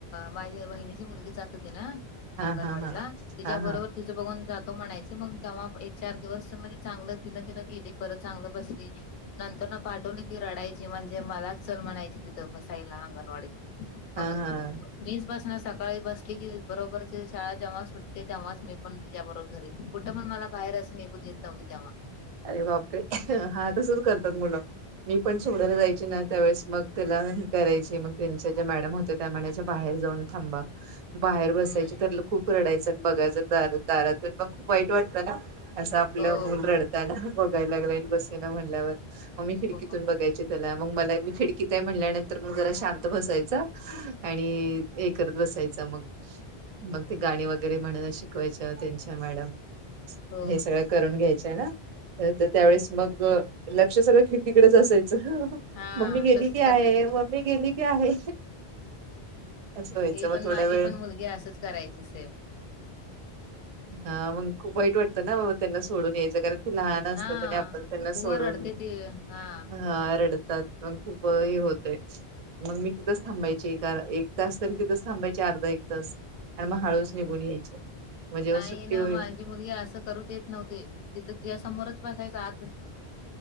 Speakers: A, on the left; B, on the right.
A: माझी बहिणीची मुलगी जात होती ना.
B: हा
A: अंगणवाडीला
B: हा हा
A: तिच्याबरोबर
B: हा हा
A: तिचं बघून जातो म्हणायच मग तेव्हा एक चार दिवस म्हणजे चांगलं तिनं तिनं गेली परत चांगलं बसली नंतर ना पाठवून की रडायची म्हणजे मलाच चल म्हणायची तिथं बस ला आंगणवाडीत मग
B: हा हा
A: मीच बसणार सकाळी बसली की बरोबरची शाळा जेव्हा सुटते तेव्हाच मी पण तिच्याबरोबर घरी कुठं पण मला बाहेर अस निघू देत नव्हते तेव्हा
B: अरे बापरे हा तसच करतात मुलं मी पण सोडायला
A: हम्म
B: जायची ना त्यावेेळेस मग तूला ह करायची मग त्यांचे जे मॅडम होते त्या म्हनाईच्या बाहेर जाऊन थांबा बाहेर बसायचे
A: हम्म
B: ठरल खूप रडायचं आणि बघायचं दार दारातून मग खूप वाईट वाटतं ना असं आपलं
A: हो
B: मुल रडताना बघायला लागलंन बसे ना म्हणल्यावर मग मी खिडकीतून
A: हो
B: बघायचे त्याला मग मला मी खिडकीत आहे म्हणल्यानंतर मग जरा शांत बसायचा आणि हे करत बसायचं मग मग ते गाणी वगैरे म्हणा शिकवायच्यां त्यांच्या मॅडम
A: हो
B: हे सगळं करून घ्यायाच्या ना. तर त्यावेेळेस मग लक्ष सगळं खिडकीकडेच असायचं.
A: हा
B: मम्मी गेली
A: तसच
B: की आहे?
A: करते ते
B: मम्मी गेली की आहे? असं व्हायचं
A: हे
B: मग
A: पण
B: थोडा
A: माझी
B: वेळ
A: पण मुलगी असंच करायची सेम
B: हा मग खूप वाईट वाटतं ना वो त्यांना सोडून यायचं कारण लहान असतात
A: हा
B: आणि आपण त्यांना
A: उग
B: सोडून
A: रडते ती हा
B: हा रडतात. मग खूप हे होतय, मग मी तिथंच
A: मग
B: थांबायची. एक तास तरी तिथंच थांबायचे, अर्धा एक तास आणि मग हळूच निघून यायचे. मग जेव्हा
A: नाही
B: सुट्टी
A: ना
B: होईल
A: माझी मुलगी असं करूत देत नव्हते तिथं तिच्या समोरच बसायचं आतच